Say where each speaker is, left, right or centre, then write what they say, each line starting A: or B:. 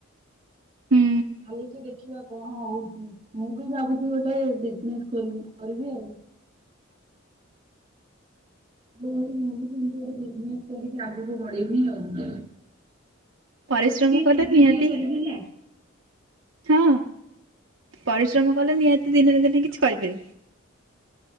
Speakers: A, on the right (about 65°); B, on the right (about 30°).
A: ହୁଁ
B: ଖାଲିିକି ଦେଖିବା କଣ ହଉଚି ମୁଁ ବି ଭାବୁଚି ଗୋଟେ ବିଜିନେସ୍ ଖୋଲ୍ କରିବି ଆଉ। ତୋ ଭଳି ମୁଁ ସେମିତି ଗୋଟେ ବିଜିନେସ୍ କରିକି ଆଗକୁ ବଢିବି ଆଉ।
A: ପରିଶ୍ରମ
B: ମତେ ଟିକେ
A: କଲେ
B: ସାହାଯ୍ୟ
A: ନିହାତି
B: କରିବୁ ହେଲା।
A: ହଁ। ପରିଶ୍ରମ କଲେ ନିହାତି ଦିନା ନା ଦିନେ କିଛି କରିପାରିବୁ।